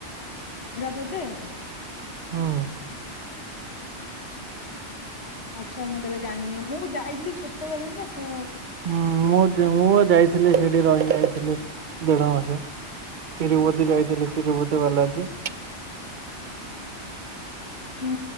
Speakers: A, on the left; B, on the right.
A: ପ୍ରଦେଶ୍
B: ହଁ।
A: ଆଚ୍ଛା ମୁଁ ତାହେଲେ ଜାଣିନି ମୁଁ ଯାଇଥିଲି ଛୋଟବେଳେ ନା ତ
B: ହୁଁ ମୁଁ ଜ ମୁଁ ବା ଯାଇଥିଲି ହେଟି ରହିକି ଆଇଥିଲି ଦେଢ ମାସେ। ତିରୁପତି ଯାଇଥୁଲି ତିରୁପତି ବାର୍ଲାଜି।
A: ହୁଁ